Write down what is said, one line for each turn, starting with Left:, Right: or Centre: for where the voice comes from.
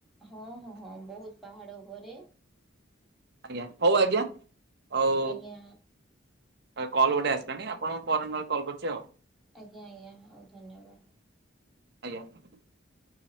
Centre: ହଁ ହଁ ହଁ ବହୁତ ପାହାଡ଼ ଉପରେ
Right: ଆଜ୍ଞା ହଉ ଆଜ୍ଞା ଆଉ
Centre: ଆଜ୍ଞା
Right: କଲ୍ ଗୋଟେ ଆସିଲାଣି ଆପଣଙ୍କୁ ପରେ ନହେଲେ କଲ୍ କରୁଛି ଆଉ।
Centre: ଆଜ୍ଞା ଆଜ୍ଞା ହଉ ଧନ୍ୟବାଦ।
Right: ଆଜ୍ଞା